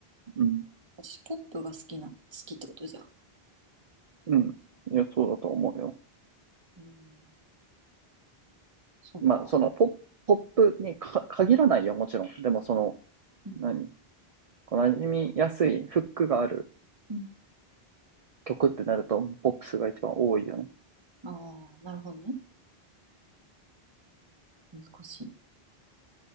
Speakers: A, on the right; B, on the right.
A: うん。
B: 私、ポップが好きな、好きってことじゃ。
A: うん。いや、そうだと思うよ。
B: うん、そうか。
A: まあ、その、ポップ、ポップにか限らないよ、もちろん。でも、その、
B: うん、
A: 何馴染みやすいフックがある
B: うん。
A: 曲ってなると、ポップスが一番多いよね。
B: あー、なるほどね。難しいな。